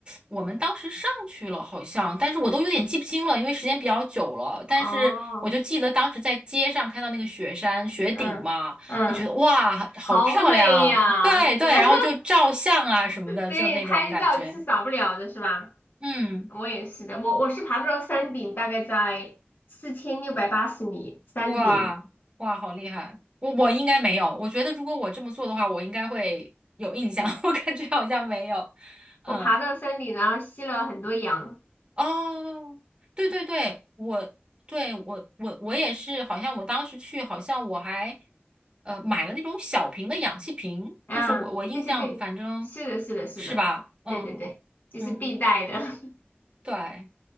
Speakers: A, on the right; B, on the left.
A: 我们当时上去了好像，但是我都有点记不清了，因为时间比较久了。但是我就记得当时在街上看到那个雪山雪顶嘛，
B: 哦，嗯嗯，
A: 我觉得哇，好漂亮，
B: 好美呀，
A: 对对，
B: 真的。
A: 然后就照相啊什么的，
B: <laughs> 对，
A: 就那种感觉。
B: 拍照就是少不了的，是吧？
A: 嗯，
B: 我也是的，我我是爬到了山顶，大概在四千六百八十米山顶，
A: 哇哇，好厉害！我我应该没有，我觉得如果我这么做的话，我应该会有印象，<laughs> 我感觉好像没有。嗯。
B: 我爬到山顶，然后吸了很多氧。
A: 哦，对对对，我对我我我也是，好像我当时去，好像我还呃买了那种小瓶的氧气瓶，
B: 啊，
A: 就是我我印象反正
B: 对对对，是的，是的，是的，
A: 是吧，嗯
B: 对对对，这是必带的。
A: 嗯，
B: <laughs>
A: 对